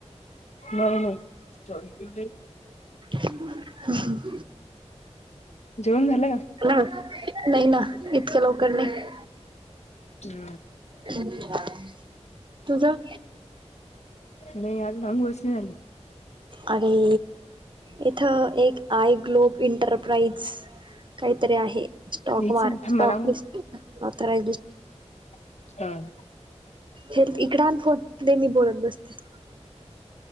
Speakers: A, on the left (about 70°); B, on the right (about 45°).
A: नाही नाही <unintelligible>
B: हम
A: जेवण झालं का?
B: ह नाही ना इतकं लवकर नाही
A: का
B: <unintelligible> तुझं
A: नाही अजून <unintelligible> वसणी आले
B: आणि इथं एक आय ग्लोब इंटरप्राईज काहीतरी आहे स्टॉक
A: घ्यायची
B: वार
A: ना थांब
B: स्टॉकिस्ट
A: मला
B: <unintelligible> थरा
A: <unintelligible> हा
B: हेल् इकड आण फोन ते मी बोलत बसते